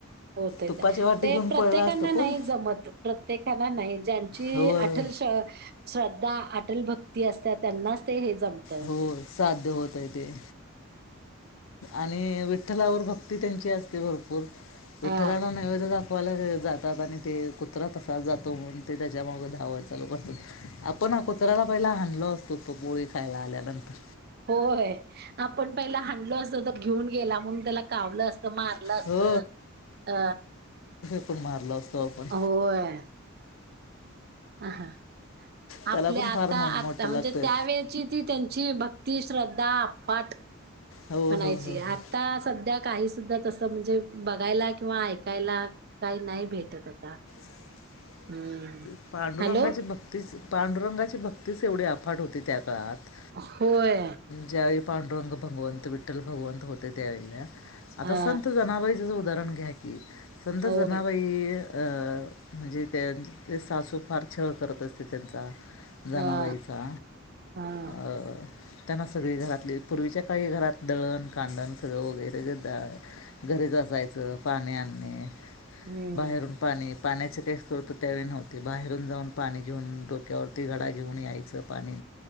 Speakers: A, on the right; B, on the left.
A: होतय
B: तुपाची
A: ते
B: वाटी घेऊन
A: प्रत्येकना
B: पळला असतो
A: नाही
B: कोण
A: जमत प्रत्येकाना नाही ज जे
B: होय
A: अटल श्रद्धा अटल भक्ती असत त्यांनाच ते जमत
B: होय साध्य होतंय ते आणि विठ्ठलावर भक्ती त्यांची असते भरपूर विठ्ठलाना
A: हा
B: नैवेद ला जातात आणि ते कुत्रा तसाात जातो म्हणून ते त्याच्यामागं धावळ चालू करतात आपण हा कुत्र्याला पहिला हाणलो असतो पोळी खायला आल्यानंतर
A: होय आपण पहिला हडलो असतो तर घेऊन गेला म्हणून त्याला कावलं असत मारलं असत
B: हो
A: अ
B: पण मारला असतो आपण
A: होय अ हा
B: त्याला
A: आपल्या
B: पण
A: आता
B: फार मन
A: आता
B: मोठं
A: म्हणजे
B: लागतं
A: त्यावेळची ती त्यांची ती श्रद्धा आपाट
B: होय
A: म्हणायची
B: होय होय होय
A: आता सध्या काही सुद्धां तस म्हणजे बघायला किंवा ऐकायला काही नाही भेटत आता
B: काय
A: हम्म
B: पांडुरंगाची
A: हॅलो
B: भक्तीच पांडुरंगाची भक्तीच तेवढी अफाट होती त्या काळात
A: होय
B: ज्यावेळी पांडुरंग भगवंत विठ्ठल जेव्हा भगवंत होते त्यावेळेला आता
A: हा
B: संत जनाबाईचच उदाहरण घ्या कि संत
A: होय
B: जनाबाई अ अ म्हणजे त्यां ते सासू फार छळ करत असते त्यांचा आ जनाबईचा
A: हा हा
B: अ त्यांना सगळी घरातली पूर्वीच्या काही घरात दळण कांडण सगळं वगैरे दळण गरेज असते जायच पाणी आणणे
A: हम्म
B: बाहेरून पाणी पाण्याच पैसे त्यावेळी नव्हते बाहेरून जाऊन पाणी घेऊन डोक्यावरती घडा घेऊन यायचं पाणी